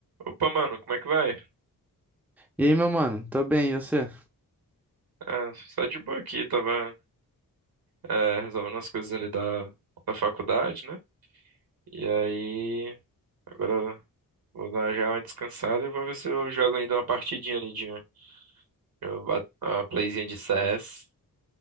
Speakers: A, on the right; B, in the centre.
A: Opa, mano, como é que vai?
B: E aí, meu mano? Tô bem, e você?
A: Ah, só de boa aqui, tava é, resolvendo as coisas ali da, da faculdade, né? E aí, agora vou dar já uma descansada e vou ver se eu jogo ainda uma partidinha ali de uma, de uma bat- uma playzinha de CS.